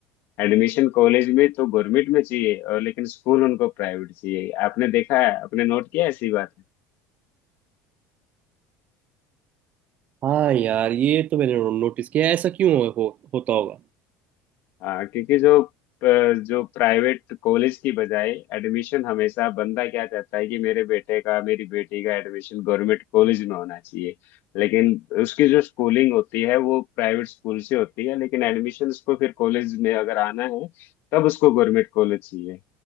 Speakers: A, on the left (about 55°); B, on the right (about 35°).
A: एडमिशन कॉलेज में तो गवर्नमेंट में चाहिए और लेकिन स्कूल उनको प्राइवेट चाहिए आपने देखा है आपने नोट किया है ऐसी बात
B: हाँ यार ये तो मैंने नोटिस किया है, ऐसा क्यों हो, हो, होता होगा
A: हाँ क्योंकि जो प- जो प्राइवेट कॉलेज की बजाय एडमिशन हमेशा बंदा क्या चाहता है कि मेरे बेटे का मेरी बेटी का एडमिशन गवर्नमेंट कॉलेज में होना चाहिए लेकिन उसकी जो स्कूलिंग होती है वो प्राइवेट स्कूल से होती है लेकिन एडमिशन उसको फिर कॉलेज में अगर आना है तब उसको गवर्नमेंट कॉलेज चाहिए